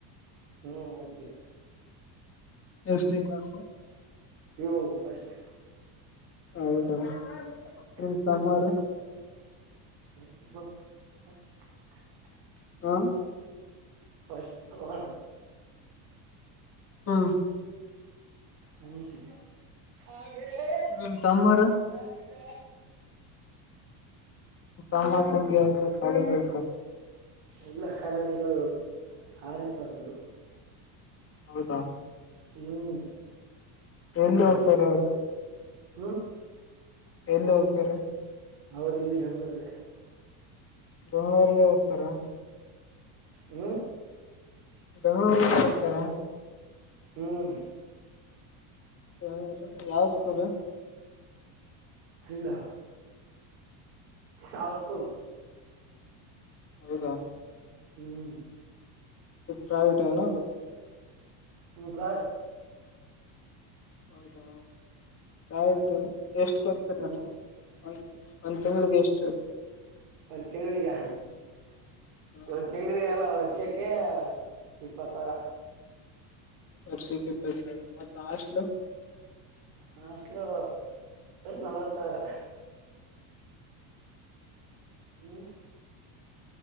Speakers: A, on the right; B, on the left.
A: ಹ್ಮ್ ಹೋಗತ
B: ಯಷನ ಕ್ಲಾಸ್
A: ಪಿ ಯು ಫಸ್ಟ್
B: ಹೌದಾ
A: ಹ
B: ನಿಮ್ ತಮ್ಮರು ಹಾ
A: ಪಷ ಹಣ
B: ಹಾ
A: ಹ್ಮ್ ಹಾ ಬರೆ
B: ನಿಮ್ ತಮ್ಮರು
A: ಬರ
B: ಹ್ಮ ತಗೆ ಯಾರು ಕಾಲೇಜಳ್ತ
A: ಇಲ್ಲ ಕಾಲೇಜ ಎನ ಆರನೆ ಕ್ಲಾಸ್ ಅವ್ರು
B: ದಾ
A: ಹೂ
B: ಎನ್ ಹೋಗ್ತಾರೆ ಅವರು
A: ಹ್ಮ್
B: ಎಲ್ಲಿ ಹೋಗ್ತಾರೆ
A: ಅವ್ರ ಇಲ್ಲಿ ಬೆಂಗಳೂರಲ್ಲಿ
B: ಬೆಂಗಳೂರಲ್ಲಿ ಹೋಗ್ತಾರಾ
A: ಹ್ಮ
B: ಬೆಂಗಳೂರಲ್ಲೇ ಹೋಗ್ತಾರಾ
A: ಹ್ಮ್
B: ಬೂ ಯಾವ ಸ್ಕೂಲ್
A: ಇಲ್ಲ ಸವ ಸ್ಕೂಲ್
B: ಹೌದಾ
A: ಹ್ಮ್
B: ಪ್ರೈವಟ್ದು
A: ಹಕ
B: ಹೌದಾ ಆಯದುು ಎಷ್ಟು ಕಲ್ತೀರ
A: ಹ್ಮ್
B: ಒ ಒಂದ್ ತಿಂಗಳಿಗೆ ಎಷ್ಟು
A: ಒಂದ್ ತಿಂಗ್ಳಿಗ
B: ಹ,
A: ಒಂದ್ ತಿಂಗ್ಳಿಗೆಲ್ಲ ವರ್ಷಕ್ಕೆ ಇಪ್ಪತ್ ಸಾವಿರ
B: ವರ್ಷಕ್ಕೆ ಇಪ್ಪಸ ಮತ್ತ ಅಷ್ಟಲು
A: ಹಾಷ್ಟಟ್ಲು ನಲವತ್ತು ಸಾವಿರ ಹ್ಮ